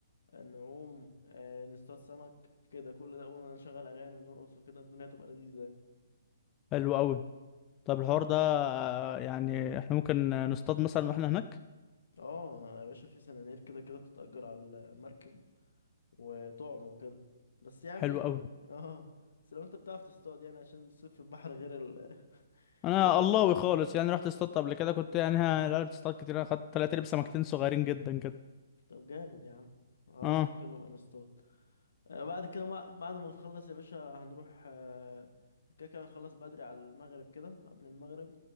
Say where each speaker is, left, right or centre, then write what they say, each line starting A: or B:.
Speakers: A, on the left (about 75°); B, on the left (about 20°).
A: آه، نعوم آه، نصطاد سمك كده كل ده ونشغل أغاني ونرقص وكده الدنيا تبقى لذيذة يعني.
B: حلو قوي طب الحوار ده آه، يعني احنا ممكن نصطاد مثلا واحنا هناك
A: اه يا باشا في سنانير كده كده بتتأجر على المركب وطعم وكده بس يعني
B: حلو قوي
A: اه بس لو انت بتعرف تصطاد يعني عشان الصيد في البحر غير ال...
B: انا
A: غير النيل
B: اللهوي
A: خالص
B: خالص يعني رحت اصطادت قبل كده كنت يعني ها- لا بتصطاد كتير انا خدت طلعت لي بسمكتين صغيرين جدا كده
A: طب جامد يا عم خلاص
B: اه
A: ممكن نبقى نصطاد آه، بعد كده ما- بعد ما نخلص يا باشا هنروح آه، كده كده هنخلص بدري على المغرب كده قبل المغرب